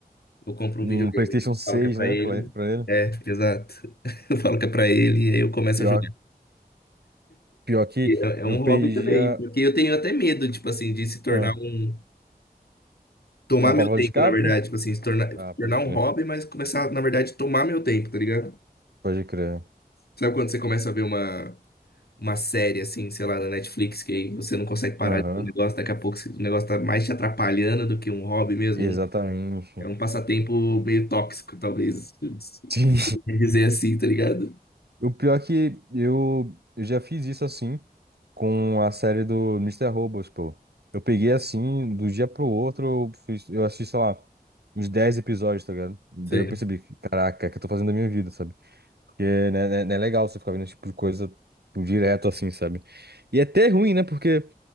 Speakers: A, on the left; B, on the right.
A: eu compro um
B: um
A: videogame.
B: PlayStation
A: Eu
B: seis,
A: Falo que é pra
B: né,
A: ele.
B: pra, pra ele.
A: É, exato. <laughs> Eu falo que é pra ele e aí eu começo
B: Pior,
A: a jogar.
B: pior que
A: E É, é
B: eu
A: um
B: perdi
A: hobby também,
B: a,
A: porque eu tenho até medo, tipo assim, de se tornar
B: ah,
A: um. Tomar
B: uma
A: meu
B: válvula
A: tempo,
B: de escape?
A: na verdade. Tipo assim, se tornar,
B: Ah,
A: se
B: pode
A: tornar um
B: crer.
A: hobby, mas começar, na verdade, tomar meu tempo, tá ligado?
B: Pode crer.
A: Sabe quando você começa a ver uma, uma série, assim, sei lá, na Netflix, que aí você não consegue parar
B: Aham.
A: de ver o negócio, daqui a pouco o negócio tá mais te atrapalhando do que um hobby mesmo,
B: Exatamente.
A: um É um passatempo meio tóxico, talvez, <laughs>
B: <laughs> Sim.
A: dizer assim, tá ligado?
B: O pior é que eu, eu já fiz isso assim com a série do Mister Robot, pô. Eu peguei assim, do dia pro outro, eu, fiz, eu assisti, sei lá, uns 10 episódios, tá ligado? Daí
A: Sei.
B: eu percebi, que, caraca, o que eu tô fazendo da minha vida, sabe? Porque né, né, não é não é legal você ficar vendo esse tipo de coisa tipo, direto assim, sabe? E é até ruim, né? Porque